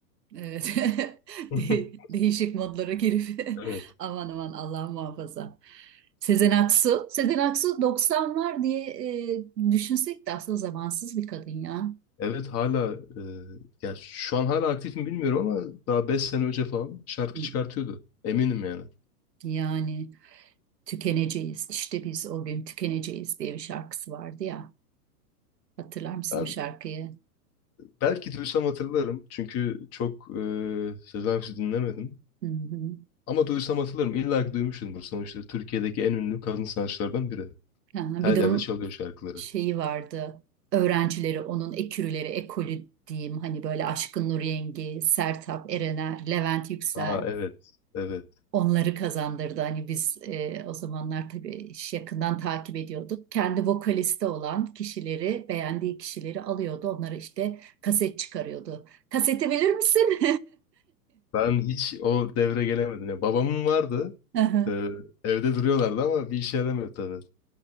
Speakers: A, on the right; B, on the left.
A: Evet. <laughs>
B: <laughs>
A: De- değişik modlara girip <laughs>
B: Evet.
A: aman aman Allah muhafaza. Sezen Aksu. Sezen Aksu doksanlar diye e, düşünsek de aslında zamansız bir kadın ya.
B: Evet hala e, ya şu an hala aktif mi bilmiyorum ama daha 5 sene önce falan şarkı
A: Hı.
B: çıkartıyordu. Eminim yani.
A: Yani tükeneceğiz. İşte biz o gün tükeneceğiz diye bir şarkısı vardı ya. Hatırlar mısın
B: Ben
A: o şarkıyı?
B: belki duysam hatırlarım çünkü çok e, Sezen Aksu dinlemedim.
A: Hı hı.
B: Ama duysam hatırlarım. İlla ki duymuşumdur. Sonuçta Türkiye'deki en ünlü kadın sanatçılardan biri.
A: Ha,
B: Her
A: bir de
B: yerde
A: onun
B: çalıyor şarkıları.
A: şeyi vardı. Öğrencileri onun ekürüleri, ekolü diyeyim. Hani böyle Aşkın Nur Yengi, Sertab Erener, Levent Yüksel
B: Aa evet. Evet.
A: onları kazandırdı. Hani biz e, o zamanlar tabii iş yakından takip ediyorduk. Kendi vokalisti olan kişileri, beğendiği kişileri alıyordu. Onları işte kaset çıkarıyordu. Kaseti bilir misin?
B: Ben hiç o devre gelemedim. Ya, babamın vardı.
A: <laughs> Aha,
B: E, evde duruyorlardı ama bir işe yaramıyor tabii.